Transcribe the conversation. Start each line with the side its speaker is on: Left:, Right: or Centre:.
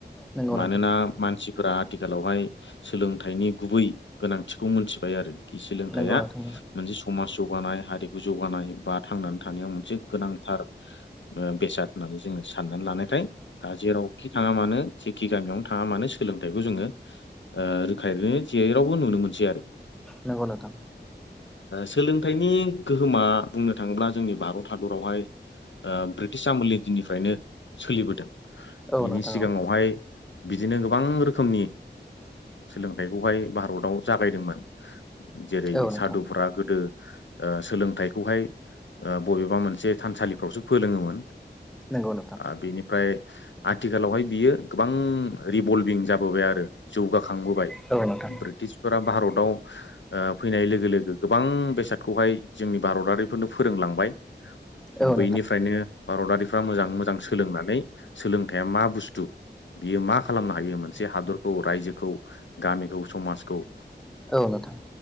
Centre: नंगौ
Left: मानोना
Centre: नोंथां
Left: मानसिफोरा आथिखालावहाय सोलोंथाइनि गुबै गोनांथिखौ मोनथिबाय आरो सोलोंथाइया
Centre: नंगौ नोंथां
Left: मोनसे समाज जौ गानाय हारिखौ जौगानाय बा थांनानै थानायाव मोनसे गोनांथार बेसाद होननानै जोङो साननानै लानायखाय दा जेरावखि थाङा मानो जेखि गामियावनो थाङा मानो सोलोंथाइखौ जोङो रोखायनो जेरावबो नुनो मोन सै आरो
Centre: नंगौ नोंथां
Left: सोलोंथाइनि गोहोमा बुंनो थाङोब्ला जोंनि भारत हादरावहाय ब्रिटिश आमुलनि दिननिफ्रायनो सोलिबोदों
Centre: औ
Left: बेनि
Centre: नोंथां
Left: सिगाङावहाय बिदिनो गोबां रोखोमनि सोलोंथाइखौहाय भारताव जागायदोंमोन जेरै
Centre: औ नंगौ नोंथां औ नोंथां औ नोंथां
Left: सादुफोरा गोदो ओ सोलोंथाइखौहाय ओ बबेबा मोनसे थानसालिफ्रावसो फोरोलोङोमोन
Centre: नंगौ नोंथां
Left: ओ बिनिफ्राय आथिखालावहाय बियो गोबां रिभल्भिं जाबोबाय आरो जौगा- खांबोबाय
Centre: औ नोंथां
Left: ब्रिटिसफोरा भारताव फैनाय लोगो लोगो गोबां बेसादखौहाय जोंनि भारतारिफोरनो फोरोंलांबाय
Centre: औ नोंथां औ नोंथां औ
Left: बैनिफ्रायनो भारतारिफ्रा मोजाङै मोजां सोलोंनानै सोलोंथाइा मा बुस्थु बियो मा खालामनो हायो मोनसे हादरखौ रायजोखौ गामिखौ समाजखौ
Centre: औ नोंथां।